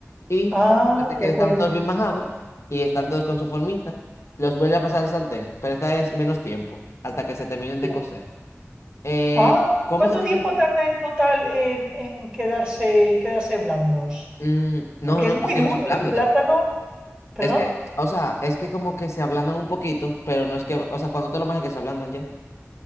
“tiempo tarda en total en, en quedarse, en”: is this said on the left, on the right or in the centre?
Right